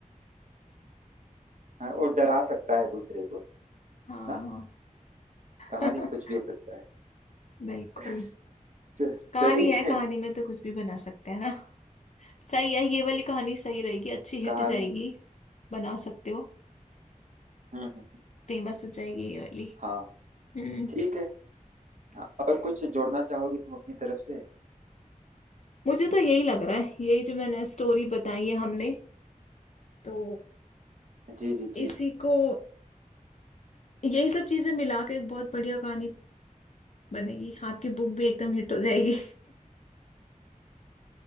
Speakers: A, on the right; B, on the left.
A: है और डरा सकता है दूसरे को
B: हाँ
A: ना कहानी
B: <laughs>
A: में कुछ भी हो सकता है
B: बिल्कुल
A: <laughs> स-
B: कहानी
A: सही
B: है
A: है
B: कहानी में तो कुछ भी बना सकते हैं ना सही है ये वाली कहानी सही रहेगी अच्छी हिट
A: कहानी
B: जाएगी
A: में
B: बना सकते हो
A: हम्म हम्म,
B: फेमस हो जाएगी ये वाली
A: हाँ
B: हम्म
A: ठीक है हाँ, और कुछ जोड़ना चाहोगी तुम अपनी तरफ से
B: मुझे तो यही लग रहा है यही जो मैंने स्टोरी बताई है हमने तो
A: जी जी जी
B: इसी को यही सब चीजें मिला के एक बहुत बढ़िया कहानी बनेगी आपकी बुक भी एकदम हिट हो जाएगी